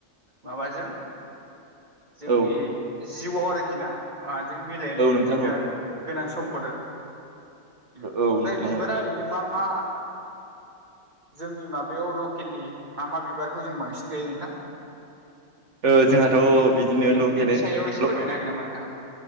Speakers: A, on the right (about 40°); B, on the right (about 70°).
A: माबाजों जोंनि
B: औ
A: जिउआव आरोखि ना आ जों मिलायनाय
B: औ
A: मोनसे
B: नोंथां
A: बिराद
B: औ
A: गोनां सम <unintelligible>
B: औ नोंथां
A: बै बिबारा
B: औ
A: ओरैनो मा मा जोंनि माबायाव लकेलि मा मा बिबारखौ जों बांसिन गायो नोंथां
B: ओ जोंहाथ बिद
A: बिनि
B: बिदिनोे ल
A: बिनि
B: के ल
A: सायाव एसे फोरमायनो हागोन नामा नोंथाङा